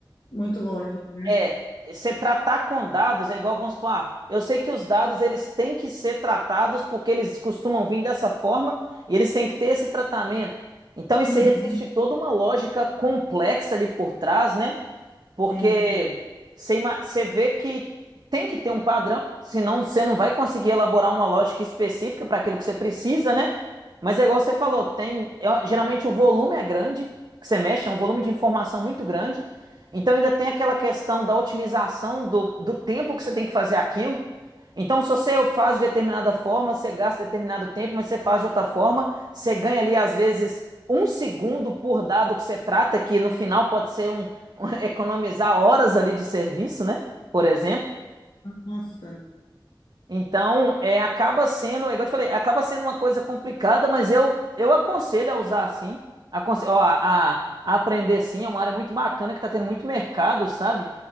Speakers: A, on the left (about 60°); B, on the right (about 55°).
A: muito lógico, né?
B: É, você tratar com dados é igual, vamos supor, ah, eu sei que os dados eles têm que ser tratados porque eles costumam vir dessa forma e eles têm que ter esse tratamento. Então, isso
A: Uhum.
B: aí existe toda uma lógica complexa ali por trás, né? Porque
A: Entendi.
B: você ima- você vê que tem que ter um padrão, senão você não vai conseguir elaborar uma lógica específica para aquilo que você precisa, né? Mas é igual você falou, tem, é- geralmente o volume é grande, que você mexe, é um volume de informação muito grande. Então ainda tem aquela questão da otimização do, do tempo que você tem que fazer aquilo. Então, se você faz de determinada forma, você gasta determinado tempo, mas você faz de outra forma, você ganha ali, às vezes, um segundo por dado que você trata, que no final pode ser um, <laughs> economizar horas ali de serviço, né? Por exemplo.
A: Nossa.
B: Então, é, acaba sendo, é igual eu te falei, acaba sendo uma coisa complicada, mas eu, eu aconselho a usar sim, aconselho, ó, a, a a aprender sim, é uma área muito bacana que está tendo muito mercado, sabe?